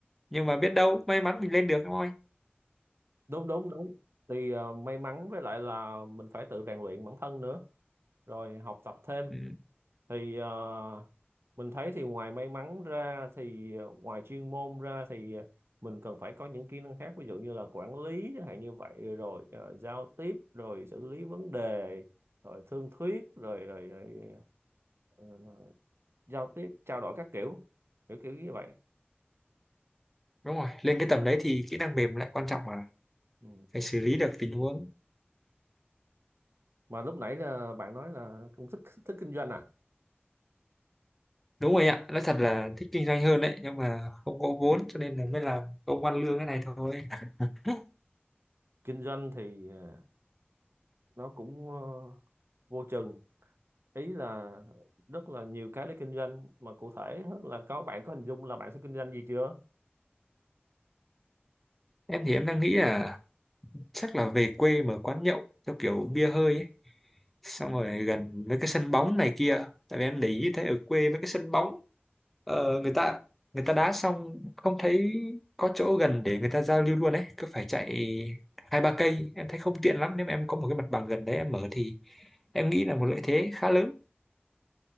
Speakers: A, in the centre; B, on the right (about 75°).
A: nhưng mà biết đâu may mắn mình lên được đúng không anh
B: đúng đúng đúng thì ờ, may mắn với lại là mình phải tự rèn luyện bản thân nữa rồi học tập thêm
A: ừ.
B: thì ờ, mình thấy thì ngoài may mắn ra thì ờ, ngoài chuyên môn ra thì ờ, mình cần phải có những kỹ năng khác ví dụ như là quản lý chẳng hạn như vậy rồi ờ, giao tiếp rồi xử lý vấn đề rồi thương thuyết rồi rồi, rồi ờ, giao tiếp trao đổi các kiểu kiểu kiểu như vậy
A: đúng rồi lên cái tầm đấy thì kỹ năng mềm lại quan trọng mà
B: ừ.
A: phải xử lý được tình huống
B: mà lúc nãy là bạn nói là cũng thích thích kinh doanh à
A: đúng rồi ạ nói thật là thích kinh doanh hơn đấy nhưng mà không có vốn cho nên là mới làm công ăn lương cái này thôi <laughs>
B: kinh doanh thì ờ, nó cũng ờ, vô chừng ý là rất là nhiều cái để kinh doanh mà cụ thể á, là có bạn có hình dung là bạn sẽ kinh doanh gì chưa
A: em thì em đang nghĩ là chắc là về quê mở quán nhậu theo kiểu bia hơi ấy. xong rồi gần mấy cái sân bóng này kia tại vì em để ý thấy ở quê mấy cái sân bóng ờ, người ta người ta đá xong không thấy có chỗ gần để người ta giao lưu luôn ấy cứ phải chạy hai ba cây em thấy không tiện lắm nếu mà em có một cái mặt bằng gần đấy em mở thì em nghĩ là một lợi thế khá lớn